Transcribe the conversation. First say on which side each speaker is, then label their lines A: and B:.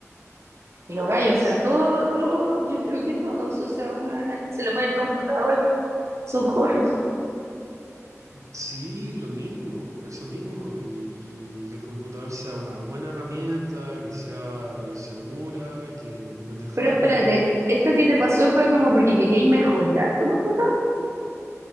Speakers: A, on the right (about 60°); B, on the right (about 80°).
A: pero gallo, <laughs> o sea,
B: Sí,
A: todo, todo, yo creo que todos, o sea, bueno, alguien se le muere el computador y socorro.
B: sí, lo mismo, eso mismo, y, y que el computador sea una buena herramienta, que sea eh, segura, que, que no te falle.
A: Pero espérate, esto que te pasó fue como porque queríais mejorar tu computador.